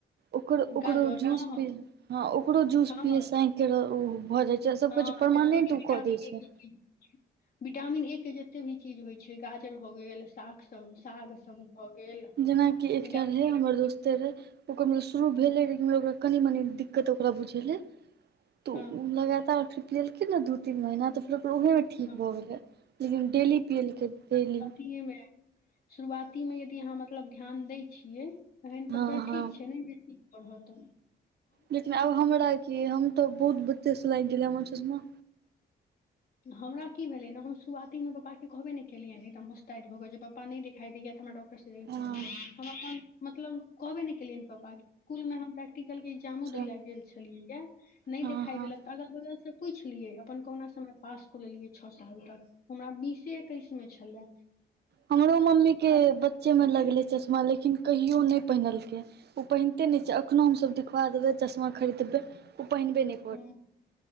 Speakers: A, on the right (about 65°); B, on the left (about 55°).
A: ओकरो ओकरो
B: गाजर
A: जूस
B: हँ हँ
A: पी हँ ओकरो जूस
B: हँ
A: पियैसँ आँखिक ओ भऽ जाइ छै आ सभके
B: हँ
A: परमानेंट
B: जते भी
A: ओ
B: विटामिन
A: कऽ दै छै
B: ए <inaudible> विटामिन ए के जतेक भी चीज होइ छै गाजर भऽ गेल सागसभ साग सभ भऽ गेल
A: जेनाकि एकटा
B: विटामिन
A: रहै
B: ए
A: हमर दोस्त करै ओकर तब शुरू
B: हँ
A: भेले रहै ओकरा कनी मनी दिक्कत ओकरा बुझेलै तो
B: हँ
A: ओ लगातार ट्रिप लेलखिन ने द तीन महीना तऽ फेर उहे ठीक
B: हँ
A: भऽ गेलै लेकिन डेली पिलकै डेली
B: कि ऐमे शुरुआतीमे यदि अहाँ मतलब ध्यान दै छियै तहन
A: हँ
B: तऽ फेर
A: हँ
B: ठीक छै नहि <unintelligible> होत
A: लेकिन आब हमरा क हम तो बहुत बत्चे से लागि गेले हमर चश्मा
B: हमरा की भेलै ने हम शुरुआतीमे पापाेँ कहबे नहि केलियैनि एकदम उस्तद भऽ गेल जे पप्पा पप न नहि दिखई द य ऽ हमरा डॉक्टर सँ देखा
A: हँ
B: दियऐ हम मतलब कहबे नहि केलियनि पापा के इकलमे हमै प्रैक्टिकल के एग्जामो
A: अच्छा
B: देल ल गेल छलियै क नहि
A: हँ
B: देखाइ
A: हँ
B: देलक ऽ अगल बगल से पूछि लियै अपन कहुना समय पास कऽ लेलियै छओ साल तक हमरा बीसे एकैस मे छलै
A: हमरो मम्मी के बच्चे में
B: लेलियै
A: लगले चश्मा लेकिन कहियो नहि पहिनलकै ओ पहिनते नहि छै अखनो हम सब दिवा देबे चश्मा खरीदबै ओ पहिनबे ने
B: ह